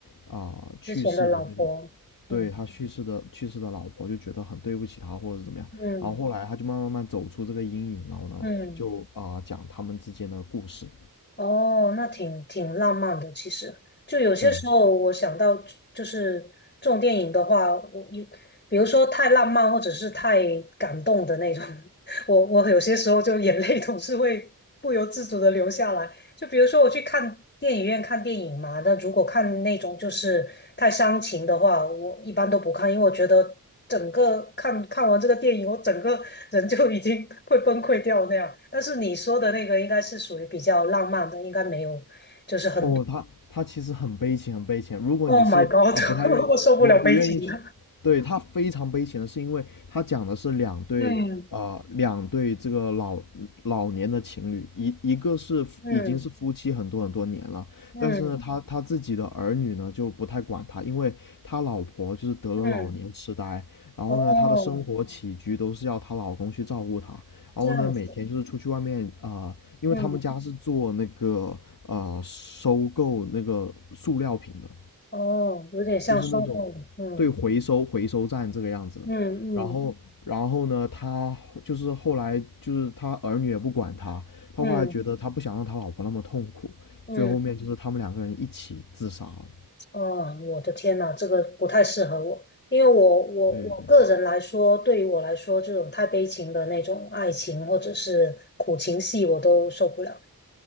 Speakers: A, on the left; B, on the left.
A: 啊、呃去世的那个，
B: 之前的老婆，嗯
A: 对他去世的去世的老婆，就觉得很对不起他或者是怎么样。
B: 嗯
A: 然后后来他就慢慢慢走出这个阴影，然后呢，
B: 嗯，
A: 就啊、呃讲他们之间的故事。
B: 哦，那挺挺浪漫的。其实，就有些时候我想到，
A: 对，
B: 就是这种电影的话，我有，比如说太浪漫或者是太感动的那种，<laughs> 我我有些时候就眼泪总是会不由自主的流下来。就比如说我去看电影院看电影嘛，那如果看那种就是太伤情的话，我一般都不看，因为我觉得整个看看完这个电影，我整个人就已经 <laughs> 会崩溃掉那样。但是你说的那个应该是属于比较浪漫的，应该没有，就是很
A: 哦，他他其实很悲情，很悲情。如果你是呃不太愿不不愿意去，
B: Oh my God，<laughs> 我受不了悲情的。
A: 对，他非常悲情的是因为他讲的是两对呃两对这个老老年的情侣，
B: 嗯
A: 一一个是夫已经是夫妻很多很多年了，
B: <laughs> 嗯嗯
A: 但是呢，他他自己的儿女呢就不太管他，因为他老婆就是得了老年痴呆，
B: 嗯，
A: 然后呢，
B: 哦，
A: 他的生活起居都是要她老公去照顾她，然后呢，
B: 这样子，
A: 每天就是出去外面啊、呃因为他们家是做那个呃收购那个塑料瓶的，
B: 嗯哦，有点像收购，
A: 就是那种对回收回收站这个样子的然后，
B: 嗯嗯嗯
A: 然后呢，他就是后来就是他儿女也不管他，他后来觉得他不想让他老婆那么痛苦，
B: 嗯嗯。嗯
A: 最后面就是他们两个人一起自杀了。
B: 嗯，我的天呐，这个不太适合我，因为我我我个人来说，
A: 对对
B: 对于我来说，这种太悲情的那种爱情或者是苦情戏，我都受不了。